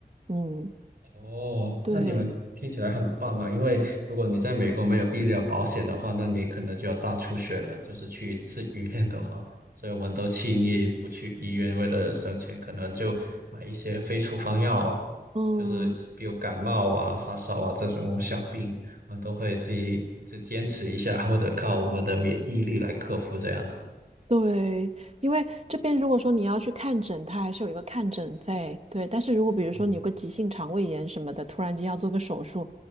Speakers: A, on the right; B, on the right.
A: 嗯，
B: 哦，
A: 对，
B: 那你们听起来很棒啊！因为如果你在美国没有医疗保险的话，那你可能就要大出血了。就是去一次医院的话，所以我们都轻易不去医院，为了省钱，可能就买一些非处方药，
A: 嗯，
B: 就是比如感冒啊、发烧啊这种小病，我们都会自己就坚持一下，或者靠我们的免疫力来克服这样子。
A: 对，因为这边如果说你要去看诊，它还是有一个看诊费。对，但是如果比如说你有个急性肠胃炎什么的，
B: 嗯。
A: 突然间要做个手术，